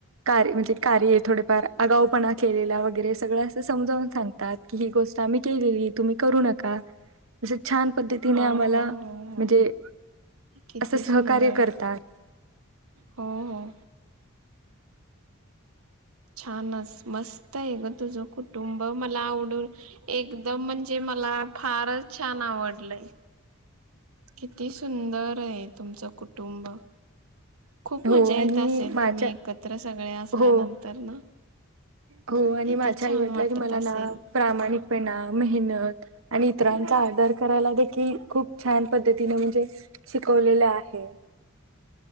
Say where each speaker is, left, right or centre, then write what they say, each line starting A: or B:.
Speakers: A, on the right (about 70°); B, on the right (about 85°).
A: कार म्हणजे कार्य थोडेफार आगाऊपणा केलेला वगैरे हे असं समजावून सांगतात की, ही गोष्ट आम्ही केलेली तुम्ही करू नका असं छान पद्धतीने
B: हो
A: आम्हा
B: हो हो हो
A: म्हणजे
B: किती
A: असं
B: सुंदर
A: सहकार्य करतात.
B: हो हो छानचं मस्त आहे गं तुझं कुटुंब मला आवडून एकदम म्हणजे मला फारचं छान आवडलय. किती सुंदर आहे तुमचं कुटुंब खूप
A: हो
B: मजा येत
A: आणि
B: असेल
A: माझ्या
B: तुम्ही एकत्र सगळे असल्यानंतर
A: हो
B: ना
A: हो आणि
B: किती
A: माझ्या आईवडिलांनी
B: छान वाटत
A: की मला
B: असेल
A: ना प्रामाणिकपणा मेहनत आणि इतरांचा आदर करायला देखील खूप छान पद्धतीने म्हणजे शिकवलेलं आहे.